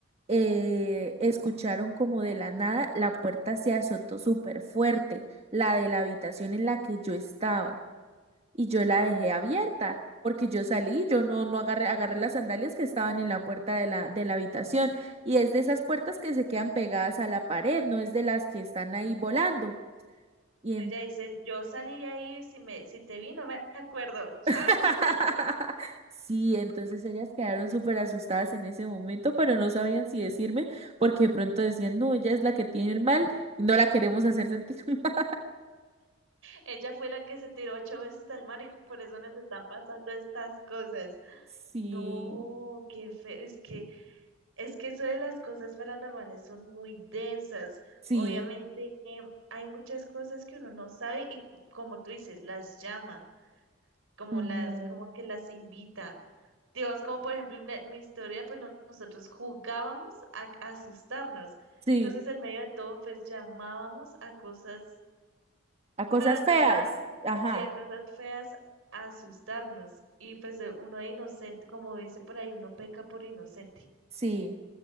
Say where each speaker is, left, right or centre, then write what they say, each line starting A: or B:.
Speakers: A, on the right; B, on the right.
A: eh, escucharon como de la nada la puerta se azotó súper fuerte, la de la habitación en la que yo estaba, y yo la dejé abierta, porque yo salí, yo no, no agarré, agarré las sandalias que estaban en la puerta de la, de la habitación, y es de esas puertas que se quedan pegadas a la pared, no es de las que están ahí volando. Y
B: Ella dice, yo salí ahí, si me, si te vi, no me acuerdo, chao.
A: <laughs>
B: <laughs>
A: Sí, entonces ellas quedaron súper asustadas en ese momento, pero no sabían si decirme, porque de pronto decían, no, ella es la que tiene el mal y no la queremos hacer sentir <laughs> mal.
B: Ella fue la que se tiró ocho veces al mar y por eso nos están pasando estas cosas.
A: Sí,
B: No, qué feo, es que, es que eso de las cosas paranormales son muy densas.
A: sí,
B: Obviamente, em, hay muchas cosas que uno no sabe y p- como tú dices, las llama, como
A: ujú,
B: las, como que las invita. Dios, como por ejemplo en mi mi historia, pues no- nosotros jugábamos a, a asustarnos.
A: sí,
B: Entonces, en medio de todo, pues llamábamos a cosas
A: A cosas
B: paranormales,
A: feas. Ajá.
B: sí, a cosas feas, a asustarnos. Y pues de- uno de inocente, como dicen por ahí, uno peca por inocente
A: sí,